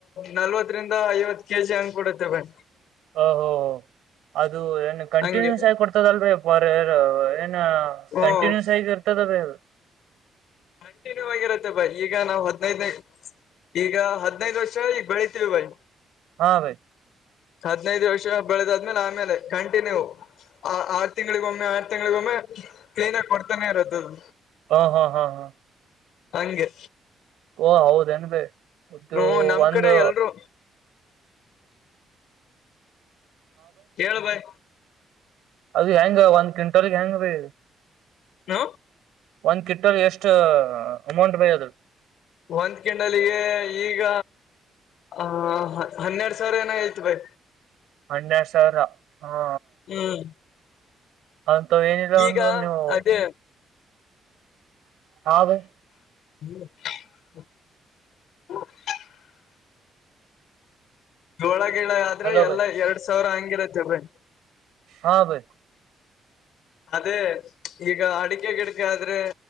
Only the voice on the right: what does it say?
ಓಹೋ ಓಹೋ ಹೊ ಅದು ಏನ್ ಕಂಟಿನ್ಯೂಸ್
ಆಗಿ ಕೊಡ್ತದ ಅಲ್ ಬಾಯ್ ಫೋರ್ ಇಯರ್ ಏನ್
ಕಂಟಿನ್ಯೂಸ್ ಆಗಿ ಇರ್ತದ ಬೈ ಅದು
ಹಾ ಬೈ
ಹಾ ಹಾ ಹಾ ಹಾ
ಓ ಹೌದ ಏನ್ ಬೈ ಮತ್ತು
ಒಂದು
ಅದು ಹೆಂಗ್ ಒಂದ್ ಕ್ವಿಂಟಲ್ಗೆ ಹೆಂಗ್ ಬೈ
ಒಂದ್ ಕ್ವಿಂಟಲ್ಗೆ ಎಷ್ಟು ಅಮೌಂಟ್ ಬಾಯ್ ಅದು
ಹನ್ನೆರಡ ಸಾವಿರ ಹಾ
ಹಂತವ ಏನಿಲ್ಲ
ಅಂದ್ರ ನೀವು
ಹಾ ಬಾಯ್
ಹಲೋ
ಬೈ
ಹಾ ಬಾಯ್